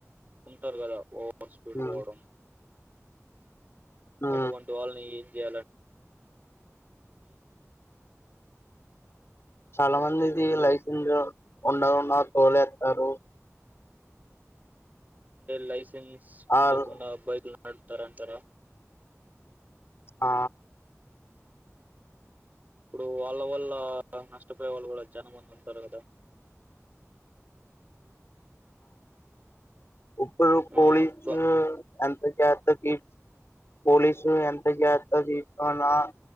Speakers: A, on the right; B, on the left.
A: ఉంటారు కదా ఓ స్పీడ్
B: ఉ
A: పోవడం
B: ఉ
A: అటువంటి వాళ్ళని ఏం చేయాల
B: చాలా మందిది లైసెన్స్ ఉండకుండా తోలేస్తారు
A: లైసెన్స్ ఉండకుండ
B: ఆర్
A: బైక్లు నడుపుతార అంటారా
B: ఆ
A: ఇప్పుడు వాళ్ళ వల్ళ నష్టపోయే వాళ్ళు కూడా చాలా మంది ఉంటారు కదా
B: ఇప్పుడు
A: ఆ
B: పోలీస్
A: బ
B: ఎంత చే తీ పోలీసు ఎంత జాగ్రత తీసుకున్న